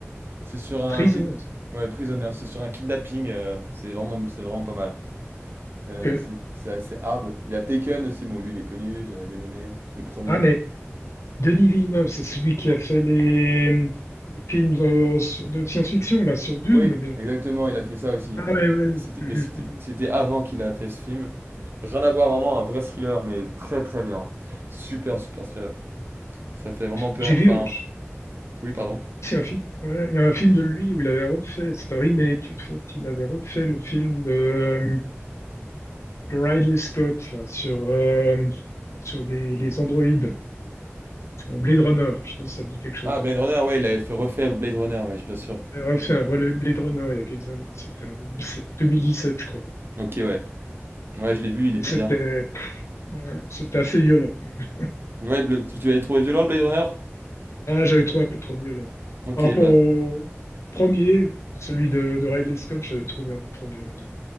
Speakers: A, on the right (about 50°); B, on the left (about 75°).
A: C'est sur un
B: Prisoners.
A: kid... ouais, Prisoners, c'est sur un kidnapping, euh, c'est vraiment c'est vraiment pas mal. Euh,
B: Ok.
A: c'est c'est assez hard. Il y a Taken aussi, bon lui il est connu, j'avais bien aimé le premier.
B: Ah mais Denis Villeneuve, c'est celui qui a fait les, les films de, sur- de science-fiction là sur Dune,
A: Oui,
B: ou bien.
A: exactement, il a fait ça aussi.
B: Ah ouais, ouais.
A: Mais c'était,
B: Mhm,
A: mais c'était,
B: mhm.
A: c'était avant qu'il a fait ce film. Rien à voir, vraiment, un vrai thriller, mais très très bien. Super, super thriller. Ça fait vraiment peur.
B: J'ai vu,
A: Enfin,
B: j'ai
A: oui, pardon.
B: vu aussi un film. ouais, il y a un film de lui où il avait refait, c'est un remake en fait. Il avait refait le film de, euh, de Ridley Scott là, sur euh, sur des les androïdes. Bon, Blade Runner, je sais pas si ça dit quelque chose.
A: Ah, Blade Runner, ouais, il avait fait, refait Blade Runner, ouais, bien sûr.
B: Elle a fait un Blade Blade Runner il y a quelques années, c'était en 2007 2017, je crois.
A: Ok, ouais. Ouais, je l'ai vu, il était
B: Et c'était
A: bien.
B: pff, ouais, c'était assez violent quand même.
A: Ouais, le- tu tu l'avais trouvé violent, le Blade Runner?
B: Ah, j'avais trouvé un peu trop violent.
A: Ok,
B: Par rapport
A: bah,
B: au premier, celui de, de Ridley Scott, j'avais trouvé un peu trop violent. ouais.